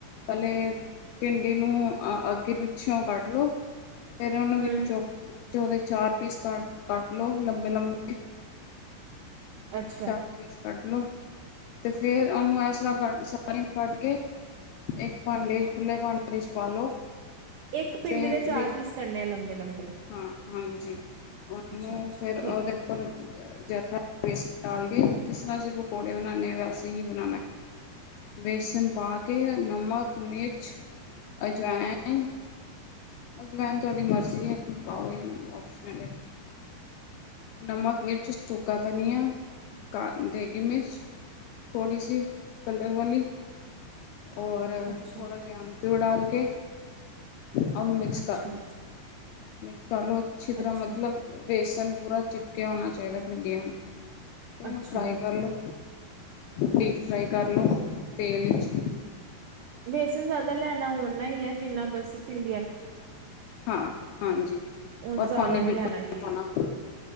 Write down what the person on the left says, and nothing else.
ਪਹਿਲੇ ਭਿੰਡੀ ਨੂੰ ਅੱਗੇ ਪਿੱਛੋਂ ਕੱਢ ਲਓ ਫਿਰ ਉਹਨੂੰ
ਵਿੱਚੋ ੋਂ ਦੇ ਚਾਰ ਪੀਸ ਕੱਟ ਲੋ ਲੰਬੇ ਲੰਬੇ
ਚਾਰ ਬੀ ਕੱਟ ਲਓ ਅਤੇ ਫਿਰ ਉਹਨੂੰ ਇਸ ਤਰ੍ਹਾਂ ਕੱਟ ਸਾਰੀਆਂ ਕੱਟ ਕੇ ਇੱਕ ਭਾਂਡੇ 'ਚ ਖੁੱਲ੍ਹੇ ਭਾਂਡੇ 'ਚ ਪਾ ਲਉ
ਤੇ
ਵੀ
ਹਾਂ ਹਾਂਜੀ ਉਹਨੂੰ
ਫਿਰ ਉਸਦੇ
ਉਪਰ ਜ਼ਦਾ ਵੇਸ ਜਿਸ ਨਾਲ ਸਿਰਫ ਪਕੋੜੇ ਬਣਾਉਦੇ ਵੈਸੇ ਹੀ ਬਣਾਣਾ ਬੇਸਨ ਪਾ ਕੇ ਨਮਕ ਮਿਰਚ ਅਜਵੇਨ ਅੱਜਵੈਨ ਤੁਹਾਡੀ ਮਰਜ਼ੀ ਪਾਓ ਆਪ ਓਪਸ਼ਨਾਲ ਹੈ ਨਮਕ ਮਿਰਚ ਸੁਕਾ ਧਨੀਆ ਕਾ ਦੇਗੀ ਮਿਰਚ ਥੋੜ੍ਹੀ ਸੀ ਕਲਰ ਵਾਲੀ ਔਰ
ਥੋੜਾ ਜਿਹਾ ਆਮਚੂਰ ਡਾਲ ਤੇ ਉਹਨੂੰ ਮਿਕਸ
ਕਰ ਲੋ ਮਿਕਸ ਕਰ ਲਉ ਅੱਛੀ ਤਰ੍ਹਾਂ
ਮਤਲਬ ਬੇਸਨ ਪੂਰਾ ਚਿਪਕਿਆ ਹੋਣਾ ਚਾਹੀਦਾ ਭਿੰਡੀਆਂ ਨੂੰ ਤੇ ਉਹਨੂੰ
ਫਰਾਈ ਕਰ ਲੋ ਢੀਪ ਫਰਾਈ ਕਰ ਲੋ ਤੇਲ ਵਿੱਚ
ਹਾ ਹਾਂਜੀ
ਔਰ ਪਾਣੀ ਬਿਲਕੁਲ
ਪਾਣਾ